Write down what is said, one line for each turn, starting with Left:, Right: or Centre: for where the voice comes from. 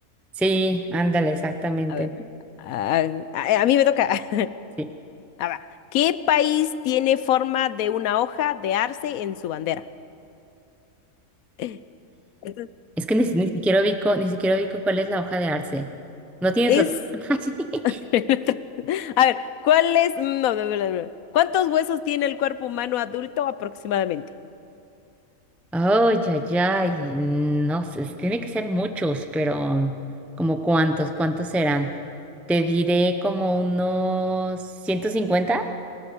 Centre: sí, ándale, exactamente.
Left: A ver,
Centre: ¿no?
Left: ah, a, a mí me toca. <laughs>
Centre: Sí.
Left: A ver, ¿qué país tiene forma de una hoja de arce en su bandera? <laughs> Esto
Centre: Es que ni, si- ni siquiera ubico, ni siquiera ubico cuál es la hoja de arce. ¿No tienes
Left: Es...
Centre: otra? <laughs>
Left: <laughs> A ver, ¿cuál es... no, no, no, no. no. ¿Cuántos huesos tiene el cuerpo humano adulto aproximadamente?
Centre: Oh, ya, ya, y no sé, s- tiene que ser muchos, pero como cuántos, cuántos serán. Te diré como unos 150,